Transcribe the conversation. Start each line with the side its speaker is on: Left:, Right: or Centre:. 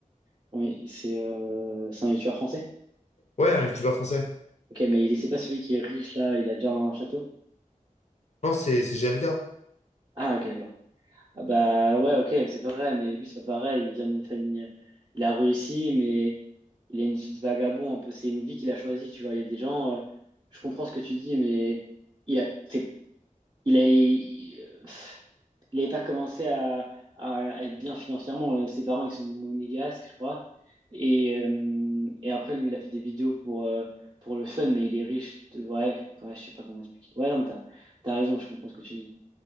Right: comment il- c'est euh, c'est un youtubeur français.
Left: Ouais, un youtubeur français.
Right: Ok, mais il c'est pas celui qui est riche là, il a déjà un château.
Left: Non, c'est c'est G M K
Right: Ah, ok, d'accord. Ah, bah ouais, ok, c'est pas vrai, mais lui, c'est pas pareil. Il vient d'une famille, euh, il a réussi, mais il a une vie de vagabond, un peu. C'est une vie qu'il a choisie, tu vois. Il y a des gens, euh, je comprends ce que tu dis, mais il a, c'est- il a, Il n'avait pas commencé à, à être bien financièrement. Euh, Ses parents, ils sont monégasques, je crois. Et, euh, et après, lui, il a fait des vidéos pour, euh, pour le fun, mais il est riche. De... Ouais, ouais, je sais pas comment expliquer. Ouais, non, mais t'as, t'as raison, je comprends ce que tu dis.